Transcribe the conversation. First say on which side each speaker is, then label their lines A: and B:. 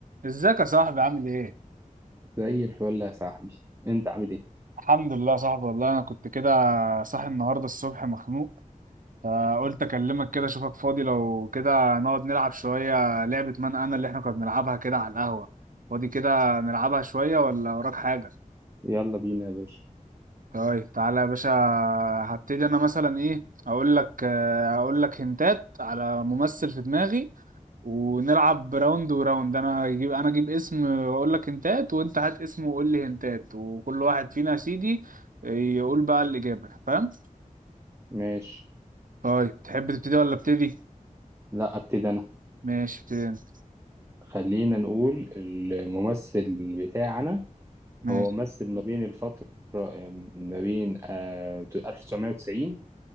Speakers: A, on the right (about 75°); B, on the right (about 20°).
A: ازيك يا صاحبي عامل ايه؟
B: زي الفل يا صاحبي انت عامل ايه
A: الحمد لله يا صاحبي والله انا كنت كده صاحي النهارده الصبح مخنوق فقلت اكلمك كده اشوفك فاضي لو كده نقعد نلعب شوية لعبة من انا اللي احنا كنا بنلعبها كده على القهوة فاضي كده نلعبها شوية ولا وراك حاجة؟
B: يلا بينا يا باشا
A: طيب تعالى يا باشا هبتدي انا مثلا ايه اقول لك آه، اقول لك هنتات على ممثل في دماغي ونلعب راوند وراوند انا اجيب انا اجيب اسم واقول لك هنتات وانت هات اسم وقول لي هنتات وكل واحد فينا يا سيدي يقول بقى الإجابة فاهم
B: ماشي
A: طيب تحب تبتدي ولا ابتدي
B: لا ابتدي انا
A: ماشي ابتدي انت
B: خلينا نقول الممثل بتاعنا
A: ماشي
B: هو ممثل ما بين الفترة ما بين آه، 1990